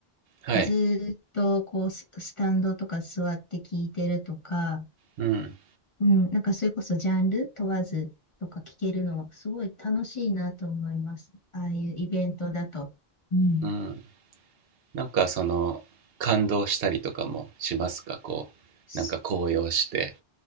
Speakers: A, on the right; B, on the left.
A: はい
B: ずーっとこうススタンドとか座って聞いてるとか、
A: うん
B: うん、なんかそれこそジャンル問わずとか聞けるのはすごい楽しいなと思います。ああいうイベントだと。うん。
A: うんなんかその感動したりとかもしますかこうなんか高揚して
B: そ